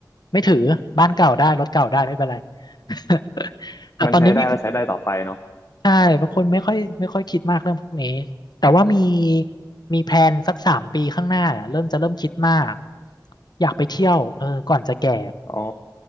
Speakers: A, on the left; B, on the left.
A: ไม่ถือบ้านเก่าได้รถเก่าได้ไม่เป็นไร <laughs> แต่ตอนนี้มี
B: มันใช้ได้ก็ใช้ได้ต่อไปเนาะ
A: ใช่บางคนไม่ค่อยไม่ค่อยคิดมากเรื่องพวกนี้แต่ว่ามีมีแพลนสักสามปีข้างหน้าเนี่ยเริ่มจะเริ่มคิดมากอยากไปเที่ยวเออก่อนจะแก่
B: อ๋อ